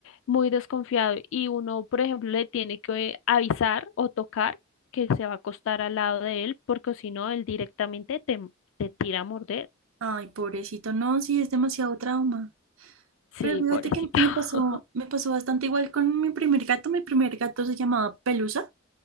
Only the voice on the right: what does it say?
Ay, pobrecito, no, sí, es demasiado trauma.
Pero fíjate
que me
pasó, me pasó bastante igual con mi primer gato. Mi primer gato se llamaba Pelusa,